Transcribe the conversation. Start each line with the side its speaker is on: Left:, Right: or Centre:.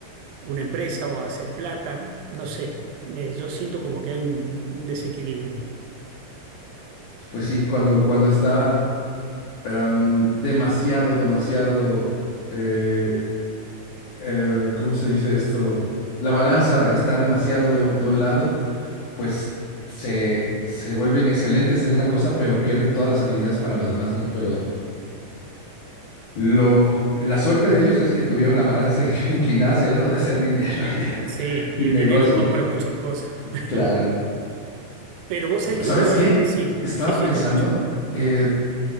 Right: una empresa o hacer plata, no sé, me- yo siento como que hay un, un desequilibrio.
Left: Pues sí, cuando, cuando está em, demasiado, demasiado... eh, eh, ¿cómo se dice esto? La balanza está demasiado de un, de un lado, pues se, se vuelven excelentes en una cosa, pero pierden todas las habilidades para lo demás, ¿no? Pero Lo, la suerte de ellos es que tuvieron la balanza <laughs> inclinada hacia el lado de hacer dinero <laughs>
Right: Sí,
Left: y,
Right: y
Left: y
Right: el
Left: negocios,
Right: dinero compra
Left: ¿no?
Right: muchas cosas, <laughs>
Left: Claro.
Right: pero, pero vos sabés que
Left: ¿Sabes
Right: yo, a
Left: qué?
Right: ver, sí,
Left: Estaba
Right: sí, sí,
Left: pensando,
Right: te escucho.
Left: eh,